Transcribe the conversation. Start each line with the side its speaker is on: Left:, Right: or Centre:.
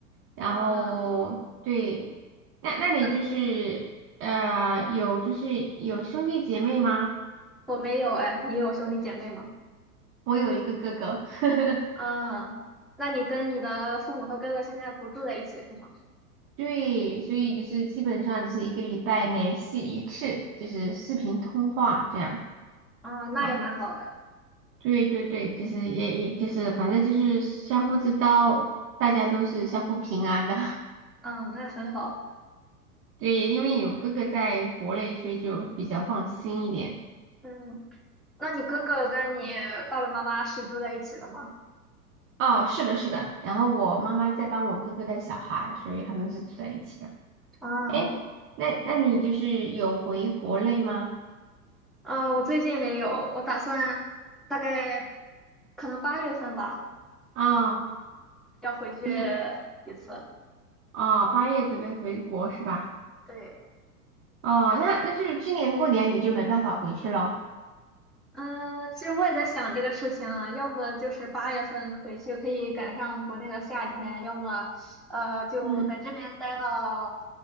Right: 然后对，
Centre: 啊，
Right: 那那你就是呃有就是有兄弟姐妹吗？
Centre: 那我没有哎，你有兄弟姐妹吗？
Right: 我有一个哥哥。<laughs>
Centre: 啊，那你跟你的父母和哥哥现在不住在一起是吗？
Right: 对，所以就是基本上就是一个礼拜联系一次，就是视频通话这样
Centre: 啊，那也蛮好的，
Right: 啊。对对对，就是也也就是反正就是相互知道，大家都是相互平安的。
Centre: 嗯，那很好，
Right: <laughs> 对，因为有哥哥在国内，所以就比较放心一点。
Centre: 嗯，那你哥哥跟你爸爸妈妈是住在一起的吗？
Right: 哦，是的，是的。然后我妈妈在帮我哥哥带小孩，所以他们是住在一起的。
Centre: 啊，
Right: 哎，那那你就是有回国内吗？
Centre: 嗯，我最近没有，我打算大概可能八月份吧。
Right: 啊、
Centre: 要回去
Right: 就是
Centre: 一次。
Right: 啊，八月准备回国是吧？
Centre: 对，
Right: 哦，那那就是今年过年你就没办法回去了。
Centre: 嗯，其实我也在想这个事情啊，要么就是八月份回去可以赶上国内的夏天，要么呃就在这边待到
Right: 嗯，